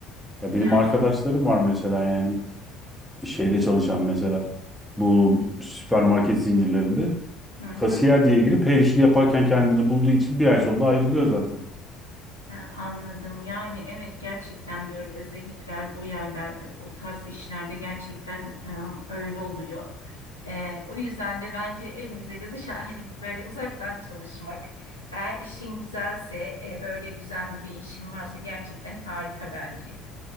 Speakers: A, in the centre; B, on the left (about 90°).
A: Ya benim
B: yani
A: arkadaşlarım var mesela yani şeyde çalışan mesela bu süpermarket zincirlerinde
B: hı hı.
A: kasiyer diye girip her işi yaparken kendini bulduğu için bir ay sonra ayrılıyor zaten.
B: Ha, anladım. Yani evet gerçekten de öyle. Özelliklerde o yerlerde o tarz işlerde gerçekten e, öyle oluyor. E, o yüzden de bence en güzeli dışarı <laughs> böyle uzaktan çalışmak. Eğer işin güzelse e, böyle düzenli bir işin varsa gerçekten harika bence.